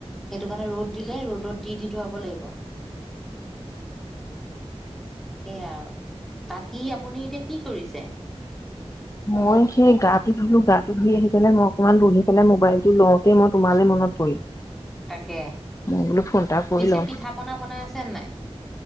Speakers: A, in the centre; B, on the left (about 30°).
A: সেইটো কাৰণে, ৰ'দ দিলে, ৰ'দত দি, দি ধুৱাব লাগিব। সেয়াই আৰু, বাকী আপুনি এতিয়া কি কৰিছে?
B: মই সেই গাটো ধুলো, গাটো ধুই আহি পেলাই মই অকনমান বহি পেলাই, মোবাইলটো লওঁতে মই তোমালৈ মনত পৰিল।
A: তাকে,
B: মই বোলো ফোন এটা কৰি
A: পিছে
B: লওঁ।
A: পিঠা পনা বনাই আছেন নাই?